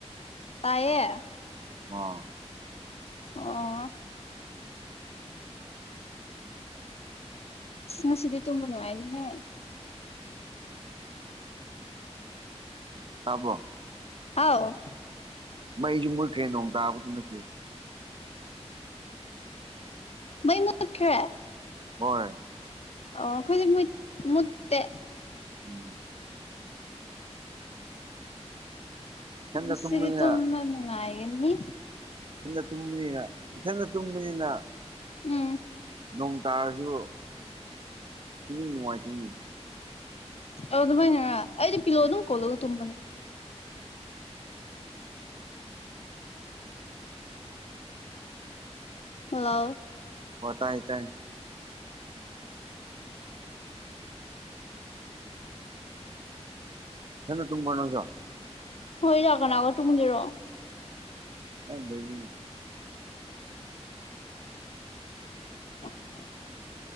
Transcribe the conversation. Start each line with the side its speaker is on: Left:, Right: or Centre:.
Left: ꯇꯌꯦ
Right: ꯑ
Left: ꯑꯥ ꯃꯁꯤꯗꯤ ꯇꯨꯝꯕꯅꯅꯨꯡꯉꯥꯏꯅꯤꯍꯦ
Right: ꯑꯕꯣ
Left: ꯍꯥꯎ
Right: ꯑꯩꯁꯨ ꯃꯨꯠꯈ꯭ꯔꯦ ꯅꯣꯡ ꯇꯥꯕꯗꯨ ꯅꯠꯇꯦ
Left: ꯃꯩ ꯃ ꯈꯦ
Right: ꯍꯣꯏ
Left: ꯑꯣ ꯈꯣꯏ ꯃꯠꯇꯦ
Right: ꯎꯝ ꯏꯊꯟꯗ
Left: ꯃꯁꯤꯗꯤ
Right: ꯇꯨꯝꯕꯅꯤꯅ
Left: ꯇ ꯃꯉꯒꯅꯤ
Right: ꯏꯊꯟꯗ ꯇꯨꯝꯕꯅꯤꯅ ꯏꯊꯟꯗ ꯇꯨꯝꯕꯅꯤꯅ
Left: ꯎꯝ
Right: ꯅꯣꯡ ꯇꯥꯔꯁꯨ ꯏꯅꯤꯡ ꯅꯨꯡꯉꯥꯏꯇꯤꯡꯅꯤ
Left: ꯑ ꯑꯗꯨꯃꯥꯏꯅꯔ ꯑꯩꯗꯤ ꯄꯤꯂꯣ ꯑꯗꯨꯝ ꯀꯣꯜꯂꯒ ꯇꯨꯝꯕꯅꯦ ꯍꯂ
Right: ꯍꯇꯥ ꯍ ꯇꯦ ꯅ ꯇꯨꯝꯕꯥꯅꯣꯖ
Left: ꯍ ꯌꯥꯒꯣꯅ ꯑꯋꯥ ꯇꯨ ꯃꯨꯗꯔꯣ
Right: ꯑ ꯂꯩꯅ
Left: <unintelligible>